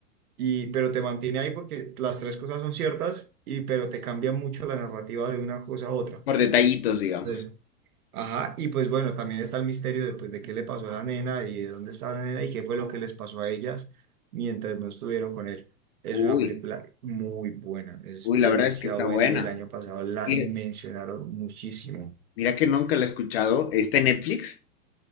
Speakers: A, on the right; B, on the left.
A: y pero te mantiene ahí porque las tres cosas son ciertas y pero te cambia mucho la narrativa de una cosa a otra.
B: por detallitos, digamos.
A: Sí. Ajá, y pues bueno, también está el misterio de, pues, de qué le pasó a la nena y de dónde estaba la nena y qué fue lo que les pasó a ellas mientras no estuvieron con él. Es
B: Uy,
A: una película muy buena, es
B: uy, la
A: demasiado
B: verdad es que está
A: buena
B: buena.
A: y el año pasado la
B: Y
A: mencionaron muchísimo.
B: mira que nunca la he escuchado. ¿Está en Netflix?